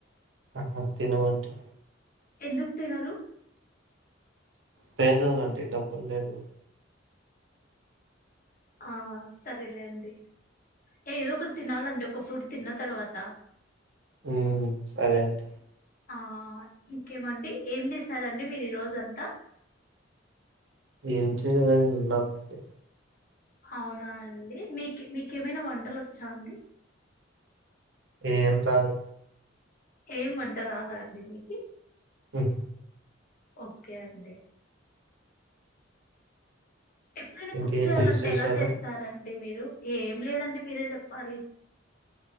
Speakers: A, on the right; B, on the left.
A: ఆహా తినమండి
B: ఎందుకు తినరు
A: పేదోలండి డబ్బులు లేదు
B: ఆ సరేలే అండి ఏదో ఒకటి తినాలండి ఒక ఫ్రూట్ తిన్న తర్వాత
A: ఉ సరెండి
B: ఆ ఇంకేమండి ఏం చేస్తారండి మీరు ఈ రోజ అంతా
A: ఏం చేయలేదండి ఉన్నా అంతే
B: అవునా అండి మీకు మీకు కే ఏమైనా వంటలు వచ్చా అండి
A: ఏమి రావు
B: ఏం వంట రాదా అండి మీకి
A: హ
B: ఓకే అండి ఎప్పుడైనా
A: ఇంకేంటి
B: కుక్ చేయాలంటే
A: విశేషాలు
B: ఎలా చేస్తరండి మీరు, ఏం లేదండి మీరే చెప్పాలి